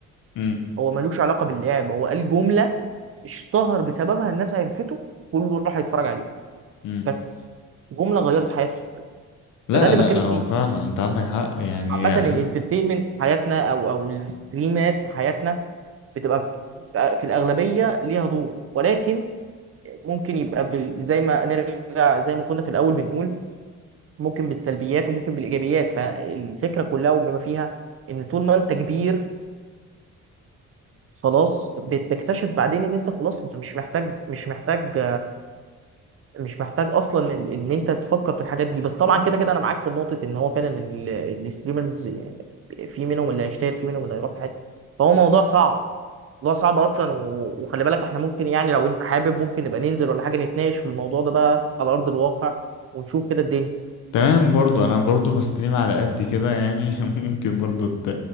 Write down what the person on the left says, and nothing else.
مم.
مم.
لا
لا
هو
فعلا انت عندك حق يعني
يا
أخي
تمام برضو انا برضو بستريم على قد كده يعني <laughs> ممكن برضو ت...